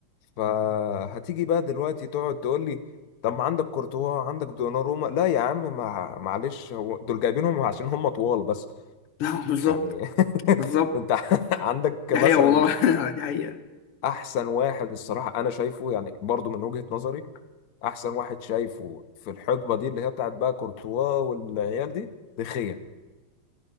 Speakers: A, on the left; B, on the left.
A: فهتيجي بقى دلوقتي تقعد تقول لي طب ما عندك كورتوا عندك دوناروما لا يا عم ما معلش هو دول جايبينهم عشان هم طوال بس
B: <laughs> بالظبط
A: يعني <laughs>
B: بالظبط
A: انت عندك
B: دي
A: مثلا
B: حقيقه والله <laughs> دي حقيقه
A: احسن واحد الصراحه انا شايفه يعني برضو من وجهه نظري احسن واحد شايفه في الحقبه دي اللي هي بتاعت بقى كورتوا والعيال دي دخيه